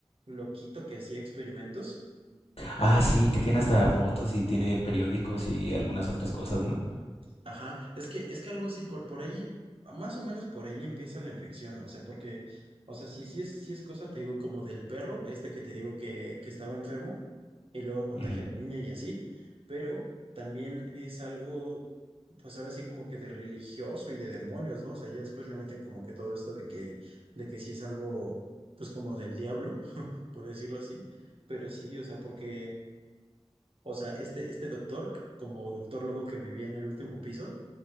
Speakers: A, on the right; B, on the left.
A: loquito que hacía experimentos.
B: Ah, sí, que tiene hasta fotos y tiene periódicos y algunas otras cosas, ¿no?
A: Ajá, es que, es que algo así, por, por ahí, más o menos por ahí empieza la infección, o sea, porque, o sea, si, si es, si es cosa, te digo, como del perro, este que te digo que, que estaba enfermo, y luego contagia
B: Ujú.
A: a la niña y así, pero también es algo, pues ahora sí como que de religioso y de demonios, ¿no? O sea, ya después le meten como que todo esto de que, de que sí es algo, pues como del diablo, <laughs> por decirlo así, pero sí, o sea, porque... O sea, este, este doctor, como doctor loco que vivía en el último piso,